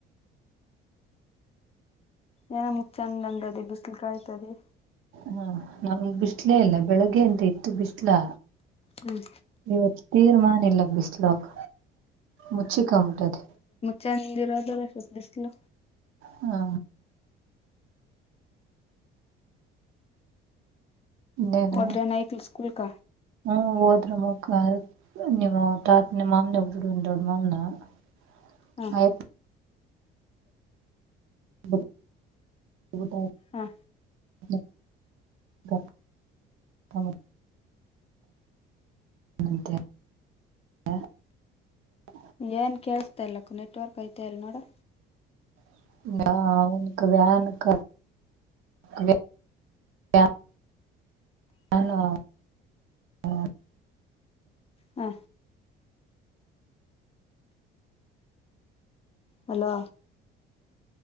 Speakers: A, on the left; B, on the right.
A: ಏನ ಮುಕ್ ಚಂದಂಗದೆ ಬಿಸಿಲು ಕಾಯ್ತದೆ.
B: ಹಾ ನಾ ಬಿಸ್ಲೆ ಇಲ್ಲ ಬೆಳಗ್ಗೆ ಅಂತ ಇತ್ತು ಬಿಸ್ ಲ
A: ಹ್ಮ್
B: ಇವತ್ತು ತೀರ್ಮಾನ ಇಲ್ಲ ಬಿಸ್ಲಕ್. ಮುಚ್ಚಿ ಕಮ್ಮುಟದೆ
A: ಚಂದಿರ <unintelligible> ಬಿಸ್ಲು
B: ಹಾ ಇನ್ನೆನು
A: ಹೋದ್ರ ನೈಕ್ಲ್ ಸ್ಕೂಲ್ಕ
B: ಹ್ಮ್ ಹೋದ್ರು <unintelligible> ನಿಮ್ಮ <unintelligible> ತಾತ ನಿಮ್ಮ ಮಾಮನ <unintelligible> ದೊಡ್ ಮಾಮನ <unintelligible>
A: ಹಾ
B: <unintelligible>
A: ಹಾ
B: <unintelligible> <inaudible>
A: ಏನ್ ಕೇಸ್ತಾ ಇಲ್ಲಕ್ಕ ನೆಟ್ವರ್ಕ್ ಐತೆ ಅಲ್ ನೋಡು.
B: <inaudible> ನಾನು <inaudible>
A: ಹಾ ಹಲೋ